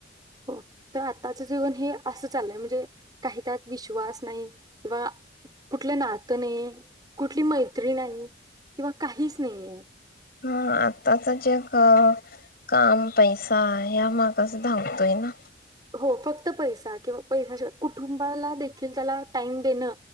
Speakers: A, on the right; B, on the left.
A: हो तर आताच जीवन हे असं चाललंय म्हणजे काही त्यात विश्वास नाही किंवा <inaudible> कुठली मैत्री नाही किंवा काहीच नाही आहे.
B: हा आताचा चेक अ काम पैसा ह्या मागस धावतोय ना.
A: हो फक्त पैसा किंवा पैश्या शिवाय कुटुंबाला दे एखाद्याला टाईम देणं